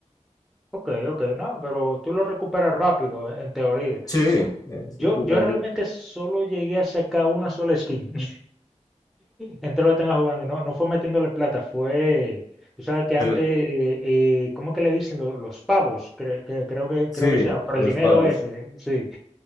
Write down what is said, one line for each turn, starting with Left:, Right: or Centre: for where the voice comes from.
Centre: Ok, ok, no, pero tú lo recuperas rápido, en teoría.
Left: Sí, eh, estoy
Centre: Yo,
Left: jugando.
Centre: yo realmente solo llegué a sacar una sola skin, <laughs> entre lo que tenga jugando, y no, no fue metiéndole plata, fue... Tú sabes que
Left: del-
Centre: antes, eh, ¿cómo que le dicen? Lo- Los, pavos, cre- que- creo que,
Left: sí,
Centre: creo que se llama, por
Left: los
Centre: el dinero
Left: pavos.
Centre: ese, sí.